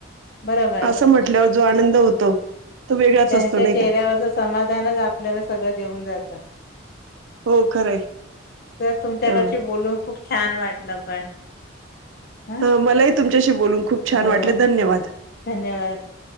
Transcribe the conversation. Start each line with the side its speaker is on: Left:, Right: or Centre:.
Left: बरोबर.
Right: असं म्हटल्यावर जो आनंद होतो तो वेगळाच
Left: त्यांच्या
Right: असतो नाही
Left: चेहऱ्यावरचं
Right: का
Left: समाधानच आपल्याला सगळं देऊन जातं
Right: हो खरंय
Left: तर तुमच्याकडशी
Right: हा
Left: बोलून खूप छान वाटलं पण! ह
Right: हा मलाही तुमच्याशी बोलून खूप छान
Left: हो
Right: वाटले धन्यवाद!
Left: धन्यवाद!